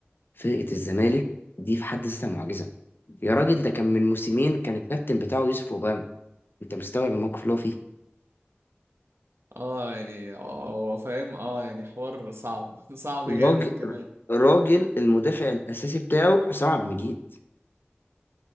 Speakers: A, on the left; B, on the right.
A: فرقه الزمالك دي في حد ذاتها معجزه يا راجل ده كان من موسمين كان الكابتن بتاعه يوسف اوباما انت مستوعب الموقف اللي هو فيه
B: اه يعني اه هو فاهم اه يعني حوار صعب <laughs> صعب
A: الراجل
B: جامد كمان
A: الراجل المدافع الاساسي بتاعه حسام عبد المجيد